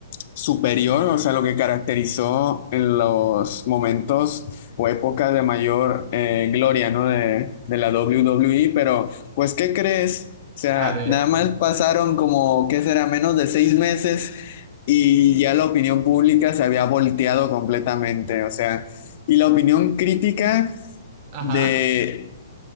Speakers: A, on the left; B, on the right.
A: superior, o sea, lo que caracterizó en los momentos o épocas de mayor eh, gloria, ¿no? De, de la WWE, pero pues, ¿qué crees? O sea,
B: A ver,
A: nada más pasaron como, ¿qué será? Menos de seis meses y ya la opinión pública se había volteado completamente, o sea, y la opinión crítica
B: ajá.
A: de